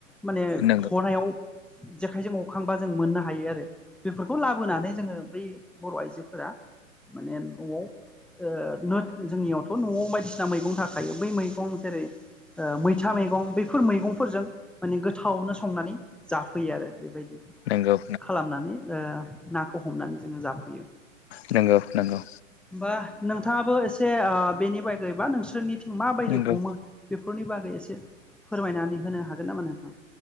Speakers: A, in the centre; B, on the left.
A: माने
B: नंगौ
A: हनायाव जेखाइजों हखांबा जों मोननो हायो आरो बेफोरखौ लाबोनानै जोङो बै बर' आइजोफोरा माने न'आव जोंनियावथ' न'आव बायदिसिना मैगं थाखायो बै मैं मैगं जेरै मैथा मैगं बैफोर मैगंफोरजों माने गोथावनो संनानै जा फैयो आरो बेबायदि
B: नंगौ
A: खालामनानै नाखौ हमनानै जोङो जाफैयो।
B: नोंगौ नंगौ।
A: होमबा नोंथाङाबो एसे बेनि बागै बा नोंसोरनिथिं माबायदि
B: नंगौ
A: हमो बेफोरनि बागै एसे फोरमायनानै होनो हागोन नामा नोंथां?